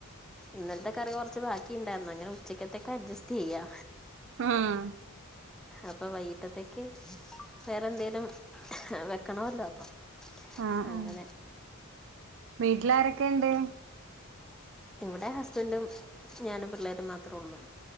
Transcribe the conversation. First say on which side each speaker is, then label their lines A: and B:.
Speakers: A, in the centre; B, on the right (about 60°).
A: ഇന്നൽത്തെ കറി കൊറച്ച് ബാക്കി ഇണ്ടായിരുന്നു അങ്ങനെ ഉച്ചക്ക്ത്തക്ക് അഡ്ജസ്റ്റ് ചെയ്യാ
B: ആഹ്
A: അപ്പൊ വൈകിട്ടത്തേക്ക് വേറെന്തേലും വെക്കണമല്ലോ അപ്പൊ
B: ആഹ്
A: അങ്ങനെ
B: ആഹ് വീട്ടിലാരൊക്കെയിണ്ട്
A: ഇവിടെ ഹസ്ബൻഡും ഞാനും പിള്ളേരും മാത്രുള്ളൂ